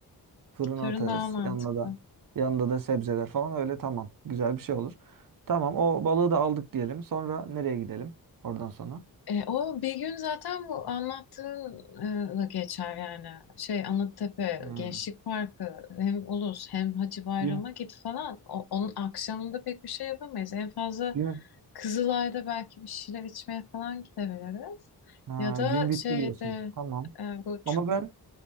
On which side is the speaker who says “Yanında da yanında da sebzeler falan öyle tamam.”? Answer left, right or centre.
Right